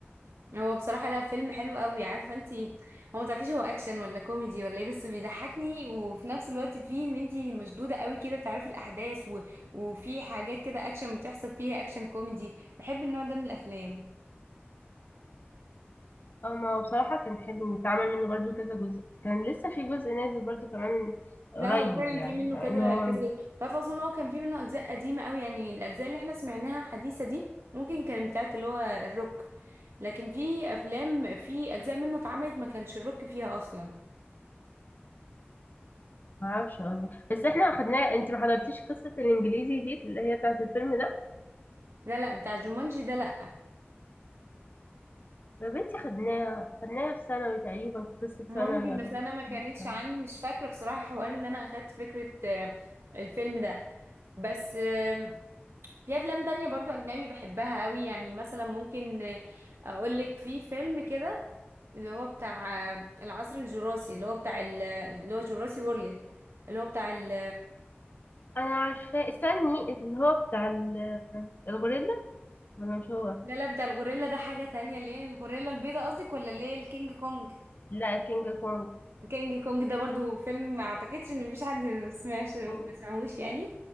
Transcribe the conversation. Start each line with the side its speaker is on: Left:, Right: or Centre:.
Right: هو بصراحة لا فيلم حلو قوي عارفة انتي هو ما تعرفيش هو اكشن ولا كوميدي ولا ايه بس بيضحكني وفي نفس الوقت فيه ان انتي مشدودة قوي كده تعرفي الاحداث و... وفي حاجات كده اكشن بتحصل فيها اكشن كوميدي بحب النوع ده من الافلام
Left: اه ما هو بصراحة كان حلو واتعمل منه برضو كذا جزء كان لسه في جزء نازل برضو كمان قريب
Right: لا هو فعلا
Left: يعني
Right: في منه
Left: مع
Right: كذا
Left: ان هو
Right: كذا جزء تعرف اصلا إن هو كان في منه اجزاء قديمة قوي يعني الاجزاء اللي احنا سمعناها حديثة دي ممكن كانت بتاعت اللي هو الروك لكن في افلام في اجزاء منه اتعملت ما كانش الروك فيها اصلا
Left: معرفش والله بس احنا خدناه انت ما حضرتيش قصة الانجليزي دي اللي هي بتاعت الفيلم ده
Right: لا لا بتاع جومانجي ده لا
Left: يا بنتي خدناها خدناها في ثانوي تقريبا قصة ثانوي
Right: ممكن
Left: ولا
Right: بس انا
Left: قصة
Right: ما كانتش
Left: مش فاهمة
Right: عندي مش فاكره بصراحه حوار ان انا اخدت فكره آه، الفيلم ده بس آه، في افلام تانية برضو اجنبي بحبها قوي يعني مثلا ممكن آه، اقولك في فيلم كده اللي هو بتاع آه، العصر الجراسي اللي هو بتاع ال- اللي هو جراسي وورلد اللي هو بتاع ال
Left: انا عارفاه استني اللي هو بتاع ال- الغوريلا انا مش هو
Right: لا لا بتاع الغوريلا ده حاجه تانية اللي هي الغوريلا البيضاء قصدك ولا اللي هي الكينج كونج
Left: لا كينج كونج
Right: الكينج كونج ده برضو فيلم ما اعتقدش ان مفيش حد ما سمعش ما
Left: مم.
Right: سمعهوش يعني